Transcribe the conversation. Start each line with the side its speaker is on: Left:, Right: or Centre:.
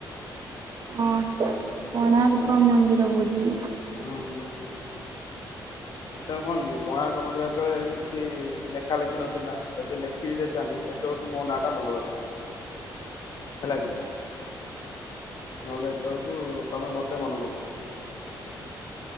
Right: ହଁ କୋଣାର୍କ ମନ୍ଦିର ବୋଧେ।
Left: ହୁଁ ହୁଁ ହୁଁ ସେତେବେଳେ କଣ କି କୋଣାର୍କ ମନ୍ଦିର ଯେତଳେ କିଛି ଲେ ଲେଖା ଲେଖି ନଥିଲା ଯଦି ଲେଖିକି ଦେଇଥାନ୍ତି ଏତେବେଳକୁ ମୋ ନାଁ ଟା ମନେ ରହିଥାନ୍ତା। ହେଲାକି। ନହେଲେ ଏତେ ବେଳକୁ ତମେ ମତେ ମନେ ପକେଇଥାନ୍ତ।